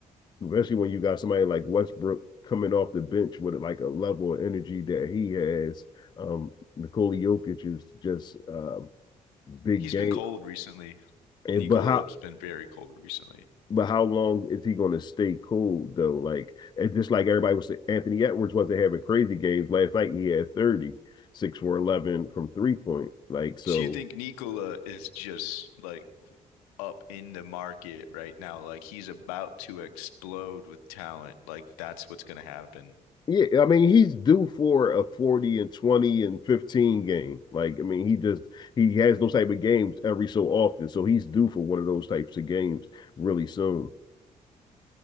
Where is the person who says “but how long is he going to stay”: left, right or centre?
Left